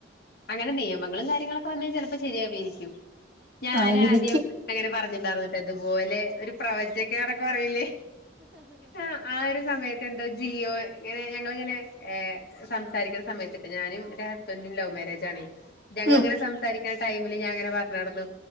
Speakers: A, on the left; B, on the right.
A: അങ്ങനെ നിയമങ്ങളും കാര്യങ്ങളും പണ്ണ് ചെലപ്പം ശരിയാവയിരിക്കും ഞാനാദ്യം
B: ആ എനിക്ക്
A: അങ്ങനം പറഞ്ഞിണ്ടാവത്‌ ഇതുപോലെ ഒര് പ്രവജഗക്കെന്നൊക്കെപറയില്ലേ ആഹ് ആഹ് ഒരു സമയത് എന്തൊ ജിയോ ഇങ്ങനെ ഞങ്ങളങ്ങനെ ഏഹ് സംസാരിക്കുന്ന സമയത്ത് ഞാനും എന്റെ ഹസ്ബൻറും ലൗ മേരേജ് ആണ് ഞങ്ങള്ങ്ങനെ
B: ഉം
A: സം സംസാരിക്ക്ണ ടൈമില് ഞാങ്ങനെ പറ്ഞ്ഞ് നടന്നു.